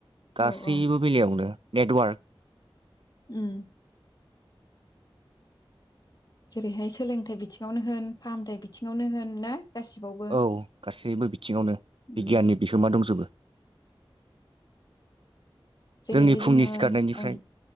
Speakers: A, on the right; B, on the left.
A: गासैबो
B: औ औ
A: बेलायावनो नेटवार्क
B: उम जेरैहाय सोलोंथाइ बिथिङावनो होन फाहामथाइ बिथिङावनो होन ना गासिबावबो
A: औ गासैबो बिथिङावनो बिगियाननि
B: उम
A: बिहोमा दंजोबो
B: जेरैहाय
A: जोंनि फुंनि
B: जोङो
A: सिखारनायनिफ्राय
B: ओं